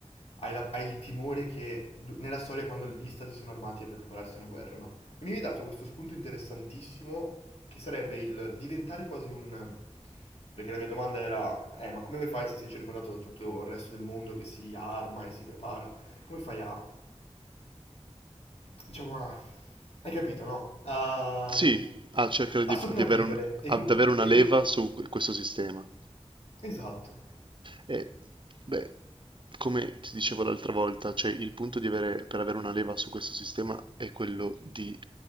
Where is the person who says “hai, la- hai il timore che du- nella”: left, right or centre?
Left